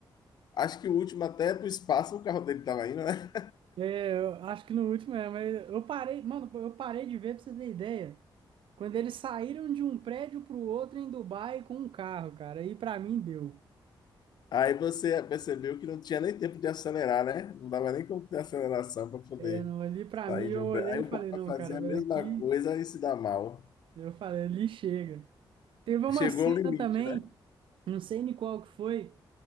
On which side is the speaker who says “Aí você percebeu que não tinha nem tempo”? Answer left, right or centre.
Left